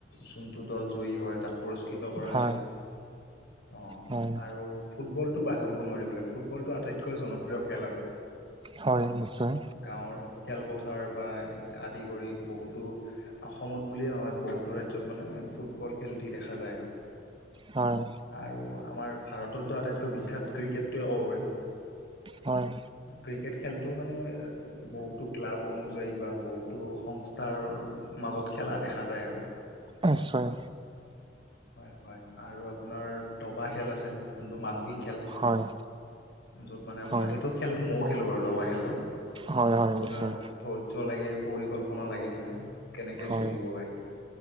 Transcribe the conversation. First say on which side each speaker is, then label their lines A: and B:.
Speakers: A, on the left; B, on the right.
A: যোনটো দল জয়ী হয় তাক পুৰস্কৃত কৰা
B: হয়
A: হৈছিল। অ,
B: হয়
A: আৰু ফুটবলটো পাহৰিব নোৱাৰিবলে, ফুটবলটো আটাইতকৈ জনপ্ৰিয় খেল আৰু।
B: হয় নিশ্চয়।
A: গাঁৱৰ খেলপথাৰ বা আদি কৰি বহুতো অসমত বুলিয়ে নহয়, বহুতো ৰাজ্যত মানে ফুটবল খেলটি দেখা যায় আৰু।
B: হয়।
A: আৰু আমাৰ ভাৰতৰতো আটাইতকৈ বিখ্যাত ক্ৰিকেটটোৱে ক'ব পাৰি।
B: হয়।
A: ক্ৰিকেট খেলটো মানে বহুতো ক্লাব অনুযায়ী বা বহুতো সংস্থাৰ মাজত খেলা দেখা যায় আৰু।
B: নিশ্চয়।
A: হয়, হয় আৰু আপোনাৰ দবা খেল আছে, যোনটো মানসিক খেল,
B: হয়
A: য'ত মানে আপোনাৰ,
B: হয়
A: এইটো খেলটো মইও খেলো বাৰু দবা খেলটো।
B: হয় হয়
A: আপোনাৰ
B: নিশ্চয়
A: ধৈৰ্য্য লাগে, পৰিকল্পনা লাগে মানে। কেনেকে
B: হয়
A: জয়ী হ'ব পাৰি,